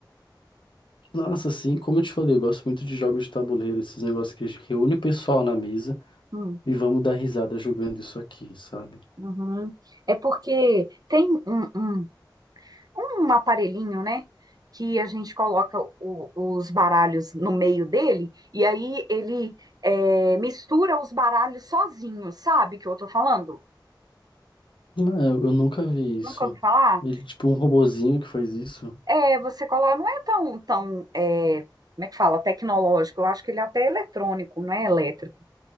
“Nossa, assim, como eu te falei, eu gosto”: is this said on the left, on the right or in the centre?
Left